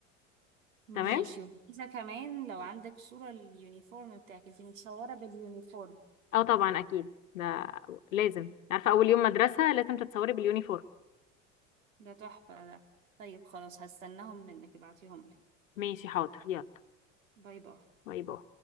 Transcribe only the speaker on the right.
ماشي
وإذا كمان لو عندك صورة اليونيفورم بتاعك انتي متصورة باليونيفورم
ده تحفة ده طيب خلاص هستناهم منك ابعتيهم لي
باي باي